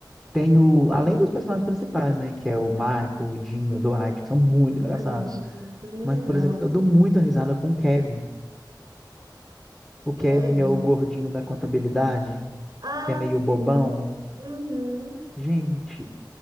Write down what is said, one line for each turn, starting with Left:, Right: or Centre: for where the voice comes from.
Centre: Tem o, além dos personagens principais, né, que é o Michael, o Dinho, o Dwight, que são muito engraçados.
Right: Tadinho, também
Centre: Mas,
Right: é legal.
Centre: por exemplo, eu dou muita risada com o Kevin. O Kevin
Right: Kevin.
Centre: é o gordinho da contabilidade,
Right: Ah,
Centre: que é meio
Right: sim.
Centre: bobão.
Right: Uhum.
Centre: Gente,